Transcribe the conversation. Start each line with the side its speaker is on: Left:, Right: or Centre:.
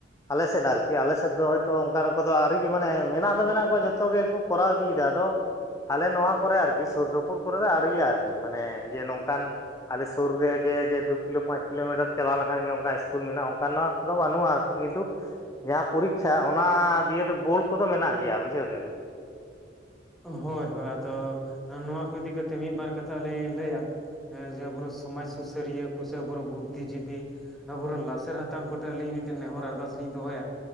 Left: ᱟᱞᱮᱥᱮᱫ ᱟᱨᱠᱤ, ᱟᱞᱮ ᱥᱮᱫ ᱫᱚ ᱦᱚᱭᱛᱳ ᱚᱱᱠᱟᱱ ᱠᱚᱫᱚ ᱟᱹᱣᱨᱤᱮ ᱢᱟᱱᱮ ᱢᱮᱱᱟᱜ ᱫᱚ ᱢᱮᱱᱟᱜ ᱠᱚᱣᱟ ᱡᱚᱛᱚ ᱜᱮᱠᱚ ᱠᱚᱨᱟᱣ ᱤᱫᱤᱭᱫᱟ ᱟᱫᱚᱼᱼ ᱟᱞᱮ ᱱᱚᱣᱟ ᱠᱚᱨᱮ ᱟᱨᱠᱤ, ᱥᱩᱨ ᱥᱩᱯᱩᱨ ᱠᱚᱨᱮ ᱫᱚ ᱟᱨᱤᱭᱟ ᱟᱨᱠᱤ ᱢᱟᱱᱮ ᱡᱮ ᱱᱚᱝᱠᱟᱱ ᱟᱞᱮ ᱥᱩᱨ ᱨᱮᱜᱮ ᱡᱮ ᱫᱩ ᱠᱤᱞᱳ ᱯᱟᱸᱪ ᱠᱤᱞᱳᱢᱤᱴᱟᱨ ᱪᱟᱞᱟᱣ ᱞᱮᱠᱷᱟᱱ ᱜᱮ ᱚᱱᱠᱟ ᱤᱥᱠᱩᱞ ᱢᱮᱱᱟᱜ-ᱟ ᱚᱱᱠᱟᱱᱟᱜ ᱢᱟᱱᱩᱜ-ᱟ ᱟᱨᱠᱤ ᱠᱤᱱᱛᱩ ᱡᱟᱦᱟᱸ ᱯᱚᱨᱤᱠᱷᱟ ᱚᱱᱟ ᱫᱤᱭᱮᱫᱚ ᱵᱳᱰ ᱠᱚᱫᱚ ᱢᱮᱱᱟᱜ ᱜᱮᱭᱟ ᱵᱩᱡᱷᱟᱹᱣ ᱠᱮᱭᱟ ᱵᱤᱱ?
Centre: ᱦᱳᱭ ᱦᱳᱭ ᱟᱫᱚᱻ ᱱᱚᱣᱟ ᱠᱚ ᱤᱫᱤ ᱠᱟᱛᱮ ᱢᱤᱫᱵᱟᱨ ᱠᱟᱛᱷᱟ ᱟᱹᱞᱤᱧ ᱞᱤᱧ ᱞᱟᱹᱭᱟ ᱦᱮᱸ ᱡᱮ ᱟᱵᱚ ᱥᱚᱢᱟᱡᱽ ᱥᱩᱥᱟᱹᱨᱤᱭᱟᱹ ᱠᱚ ᱥᱮ ᱟᱵᱚᱨᱮᱱ ᱵᱩᱫᱽᱫᱷᱤ ᱡᱤᱵᱤ, ᱟᱵᱚᱨᱮᱱ ᱞᱟᱥᱮᱨ ᱦᱟᱛᱟᱝ ᱠᱚᱴᱷᱮᱱ ᱟᱹᱞᱤᱧ ᱢᱤᱫᱴᱮᱱ ᱱᱮᱦᱚᱨ ᱟᱨᱫᱟᱥ ᱞᱤᱧ ᱫᱚᱦᱚᱭᱟ